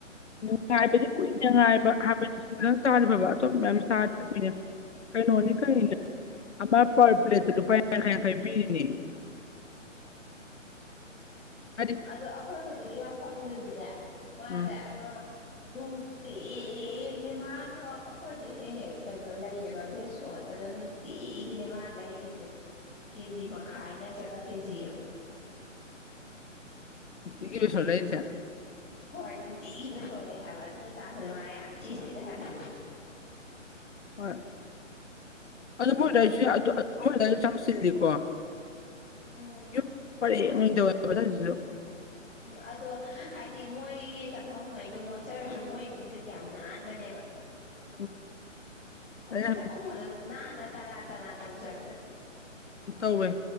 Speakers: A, on the left; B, on the left.
A: ꯅꯨꯉꯥꯏꯕꯗꯤ ꯀꯨꯏꯅ ꯉꯥꯏꯕ ꯍꯥꯏꯕꯗꯤ ꯈꯤꯇꯪ ꯆꯥꯗꯤ ꯐꯕ ꯑꯇꯣꯞꯄ ꯃꯌꯥꯝ ꯆꯗ ꯑꯩꯈꯣꯏꯅ ꯀꯩꯅꯣꯅꯤ ꯀꯩꯅ
B: ꯎꯝ
A: ꯑꯃ ꯄꯔ ꯄ꯭ꯂꯦꯠꯇ ꯂꯨꯄꯥ ꯌꯥꯡꯈꯩ ꯌꯥꯡꯈꯩ ꯄꯤꯔꯤꯅꯦ ꯍꯥꯏꯗꯤ
B: ꯑꯗꯨ ꯑꯩꯈꯣꯏ ꯍꯧꯖꯤꯛꯀꯤ ꯃꯐꯝꯗꯨꯖꯨꯅꯦ
A: ꯎꯝ
B: ꯃꯥꯖꯦ ꯑꯃ ꯅꯨꯡꯇꯤꯒꯤ ꯃꯥꯗꯣ ꯑꯩꯈꯣꯏꯗ ꯍꯦꯛ ꯍꯦꯛ ꯀꯩꯅꯣ ꯂꯩꯌꯦꯕ ꯕꯦꯁꯣꯟ ꯑꯗꯣ ꯅꯨꯡ ꯇꯤꯒꯤꯅꯦ ꯃꯥ ꯂꯩꯔꯤꯖꯦ ꯀꯦ ꯖꯤ ꯃꯈꯥꯏ ꯅꯠꯇ꯭ꯔꯒ ꯀꯦꯖꯤ ꯑꯃ
A: ꯅꯨꯡꯇꯤꯒꯤ ꯕꯦꯁꯣꯟ ꯂꯩꯔꯤꯁꯦ
B: ꯍꯣꯏ ꯅꯨꯡꯇꯤ ꯕꯦꯁꯣꯟ ꯂꯩ ꯍꯥꯏꯕ ꯑꯗꯨꯅ ꯇꯥꯛꯄꯗꯤ ꯃꯥ ꯌꯥꯝ ꯊꯤꯅ ꯁꯤꯠꯂꯦ ꯍꯥꯏꯕ ꯅꯠꯇ꯭ꯔꯣ
A: ꯍꯣꯏ ꯑꯗꯨ ꯃꯣꯏ <unintelligible> ꯌꯥꯝ ꯆꯤꯜꯂꯤꯀꯣ
B: ꯎꯝ
A: ꯌꯨꯝ ꯄꯔꯦꯡꯗ ꯑꯣꯏꯕ ꯑꯗꯥꯏꯗꯨꯖꯨ
B: ꯎꯝ ꯑꯗꯣ ꯍꯥꯏꯗꯤ ꯃꯣꯏꯒꯤ ꯆꯪꯐꯝꯉꯩꯗꯣ ꯃꯣꯠꯆꯔꯁꯨ ꯃꯣꯏ ꯏꯃꯨꯡꯗꯨꯗꯤ ꯌꯥꯝ ꯅꯥꯟꯕꯅꯦꯕ
A: <inaudible>
B: ꯍꯥꯏꯗꯤ
A: ꯑꯩꯅ
B: ꯆꯥꯛꯈꯨꯝꯒꯗꯣ ꯑꯗꯨꯝ ꯅꯥꯟꯅ ꯇꯅꯥꯟ ꯇꯅꯥꯟ ꯇꯧꯖꯗ꯭ꯔꯅꯦ
A: ꯇꯧꯋꯦ